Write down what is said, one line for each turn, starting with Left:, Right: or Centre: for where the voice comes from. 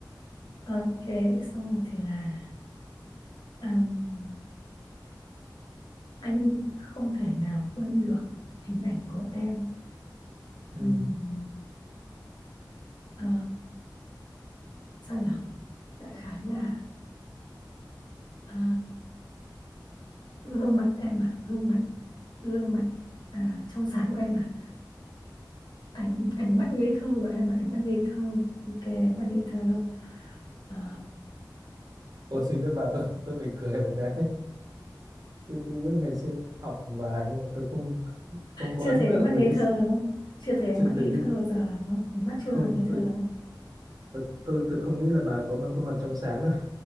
Left: ok xong rồi thì là um, anh không thể nào quên được hình ảnh của em
Right: Ừ.
Left: Ừm, ờ, sao nhở đại khái là ờ, gương mặt em à gương mặt gương mặt à, trong sáng của em à ánh ánh mắt ngây thơ của em là ánh mắt ngây thơ ok ánh mắt ngây thơ Ờ,
Right: Tôi xin phép bà tôi tôi phải cười một cái. Tôi cũng biết ngày xưa tôi học cùng bà nhưng mà tôi không không có
Left: chưa
Right: ấn
Left: thấy ánh
Right: tượng
Left: mắt ngây
Right: về cái
Left: thơ
Right: sự-
Left: đúng không chưa thấy ánh
Right: chưa
Left: mắt ngây
Right: thấy cái
Left: thơ bao giờ đúng không ánh mắt
Right: không
Left: chưa bao giờ ngây
Right: tôi
Left: thơ đúng không
Right: tôi tôi, tôi không nghĩ là bà có một khuôn mặt trong sáng đâu.